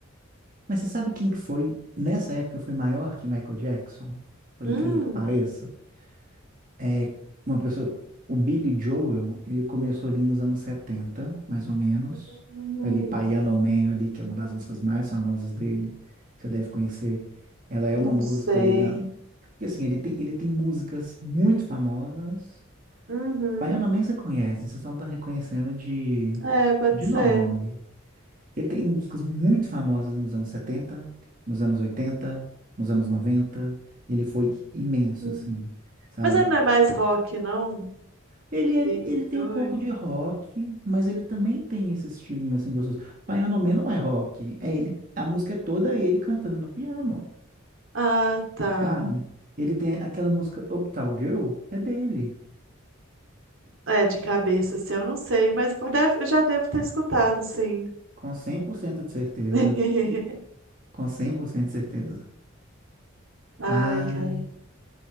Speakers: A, on the right; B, on the right.
A: Mas você sabe quem que foi, nessa época, foi maior que Michael Jackson? Por
B: Hum,
A: incrível que pareça. É uma pessoa... O Billy Joel, ele começou ali nos anos 70, mais ou menos.
B: Hum,
A: Ali, Piano Man, ali, que é uma das músicas mais famosas dele, que você deve conhecer. Ela é
B: não
A: uma música
B: sei.
A: ali da... Porque, assim, ele tem, ele tem músicas muito famosas.
B: Uhum.
A: Piano Man você conhece, você só não tá reconhecendo de,
B: É, pode
A: de
B: ser.
A: nome. Ele tem músicas muito famosas nos anos 70, nos anos 80, nos anos 90. Ele foi imenso,
B: Uhum.
A: assim, sabe?
B: Mas ela não é mais rock, não?
A: Ele, é,
B: Billie
A: ele tem
B: Joy.
A: um pouco de rock, mas ele também tem esse estilinho, assim, gostoso. Piano Man não é rock, é ele, a música é toda ele cantando no piano,
B: Ah, tá.
A: sabe? Ele tem aquela música Uptown Girl, é dele,
B: É, de cabeça, assim, eu não sei, mas eu deve- eu já devo ter escutado, sim.
A: com 100% de certeza,
B: <laughs>
A: com 100% de certeza.
B: Ai,
A: Ai,
B: cara.